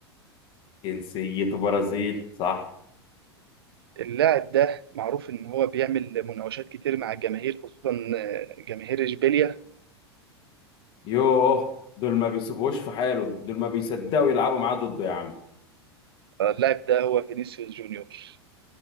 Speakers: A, on the left; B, on the right.
A: جنسيته برازيل صح
B: اللاعب ده معروف إن هو بيعمل مناوشات كتير مع الجماهير خصوصا آه، جماهير إشبيليا
A: يوه دول ما بيسيبوش في حاله دول ما بيصدقوا يلعبوا معاه ضده يا عم
B: آه، اللاعب ده هو فينيسيوس جونيور